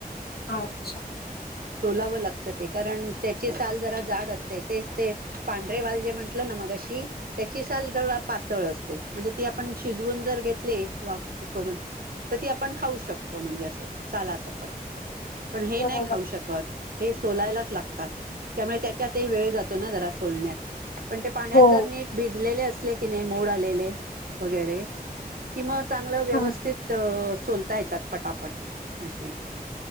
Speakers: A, on the left; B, on the right.
A: अच्छा
B: सोलावं लागत ते, कारण त्याची साल जरा जाड असते. ते ते पांढरेवाल जे म्हटलं ना, मगाशी त्याची साल जरा पातळ असते म्हणजे ती आपण शिजवून जर घेतली वाफ करून, तर ती आपण खाऊ शकतो म्हणजे असं साला अ सकट पण हे
A: बरोबर
B: नाही खाऊ शकत. हे सोलायलाच लागतात, त्यामुळे त्याच्यातही वेळ जातो ना, जरा सोलण्यात. पण ते पाण्यात
A: हो
B: जर, नीट भिजलेले अस ले की नाही, मोड आलेले वगैरे कि म चांगलं व्यवस्थित
A: हा
B: अ सोलता येतात पटापट असे,